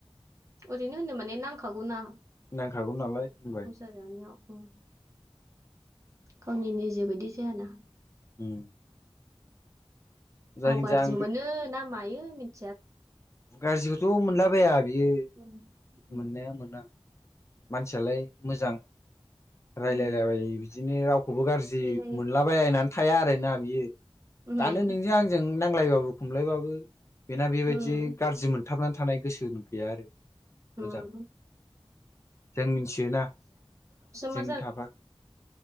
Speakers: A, on the right (about 30°); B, on the left (about 30°).
A: ओरैनो होनो माने नांखागौ ना?
B: नांखागौ नालाय बुंबाय
A: संसार जानायाव ओं। गावनि निजे बायदि जायाना?
B: उम जायखिजाया
A: औ गाज्रि
B: आं
A: मोनो ना मायो? मिनथिला
B: गाज्रिखौथ' मोनलाबाया बियो
A: उम उम
B: मोननाया मोना। मानसियालाय मोजां
A: उम
B: रायलायलायबाय
A: उम
B: बिदिनो राव रावखौबो गाज्रि
A: रायलायो
B: मोनलाबायनानै थाया आरोना बियो।
A: उम
B: दानो नोंजों आंजों नांलायबाबो खमलायबाबो बेना बेबायदि
A: उम
B: गाज्रि मोनथाबनानै थ थानायानाय गोसो गैया आरो। मोजां
A: ओम
B: जों मिथियोना जों
A: मा
B: थाफा